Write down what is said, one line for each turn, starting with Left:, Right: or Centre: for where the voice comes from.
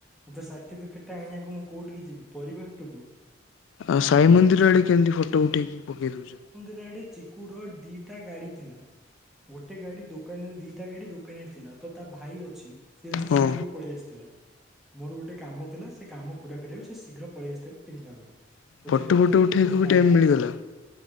Centre: ହଁ ତ ସାର୍ଟିଫିକେଟ ଟା ଆଣିବାକୁ ମୁଁ କୋଉଠିକି ଯିବି ପରିବା ହାଟୁକୁ।
Left: ଆଉ ସାଇ ମନ୍ଦିର ଆଡ଼େ କେମିତି ଫଟୋ ଉଠେଇକି ପକେଇ ଦଉଛ।
Centre: ଯେ ୟାଡେ ଚିକୁର ଦିଇଟା ଗାଡ଼ି ଥିଲା। ଗୋଟେ ଗାଡି ଦୋକାନରେ ଦିଟା ଗାଡି ଦୋକାନରେ ଥିଲା ତ ତା ଭାଇ ଅଛି। ସିଏ ଆଜି
Left: ହଁ
Centre: ଶୀଘ୍ର ପଳେଇ ଆସିଥିଲା। ମୋର ଗୋଟେ କାମ ଥିଲା ସେ କାମ ପୁରା କରିବାକୁ ସେ ଶୀଘ୍ର ପଳେଇ ଆସିଥିଲା ତିନିଟା ବେଳେ। ତ
Left: ଫଟୋ
Centre: ଯେହେତୁ
Left: ଫଟୋ
Centre: ତାଙ୍କ
Left: ଉଠାଇବାକୁ
Centre: ଘରୁ
Left: ବି
Centre: ଗାଡି
Left: ଟାଇମ୍
Centre: ଆଣିଚି
Left: ମିଳିଗଲା।